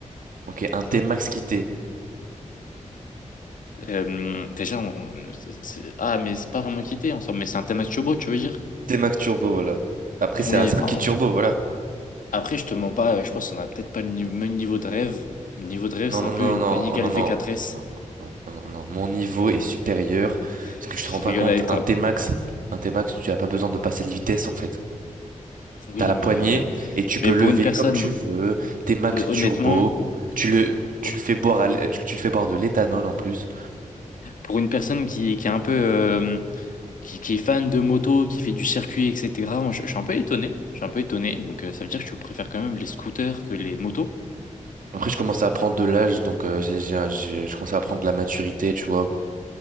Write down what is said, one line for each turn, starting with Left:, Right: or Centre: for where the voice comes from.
Right: Ok, un T-Max quitté.
Left: euh, déjà, on- on- c'est- ah, mais c'est pas vraiment quitté ensemble, mais c'est un thème assez beau, tu veux dire?
Right: T-Max Turbo, voilà. Après, c'est
Left: Oui,
Right: un
Left: enfin,
Right: c'est un kit turbo, voilà.
Left: après, je te mens pas, euh, je pense qu'on a peut-être pas le ni- même niveau de rêve. Mon niveau de rêve,
Right: Non,
Left: c'est
Right: non,
Left: un peu
Right: non,
Left: une
Right: non,
Left: Panic LV4S.
Right: non, non, non, Oh, non, non, non, oh, non, non. Mon niveau est supérieur.
Left: <laughs>
Right: Parce que je
Left: Je
Right: te rends pas
Left: rigole
Right: compte,
Left: avec toi.
Right: un T-Max, un T-Max, tu n'as pas besoin de passer les vitesses, en fait.
Left: Oui,
Right: T'as la
Left: mais,
Right: poignée
Left: euh,
Right: et tu
Left: mais
Right: peux lever
Left: pour une personne,
Right: comme tu veux. T-Max
Left: hon-
Right: Turbo.
Left: honnêtement,
Right: Tu le,
Left: pour, pour-
Right: tu le fais boire à l'é- tu, tu le fais boire de l'éthanol en plus.
Left: pour une personne qui, qui est un peu, euh, qui, qui est fan de moto, qui fait du circuit, etc., moi, je, je suis un peu étonné. Je suis un peu étonné. Donc, euh, ça veut dire que tu préfères quand même les scooters que les motos.
Right: Après, je commence à prendre de l'âge, donc euh, j'ai, j'ai, un- j'ai- je commence à prendre de la maturité, tu vois.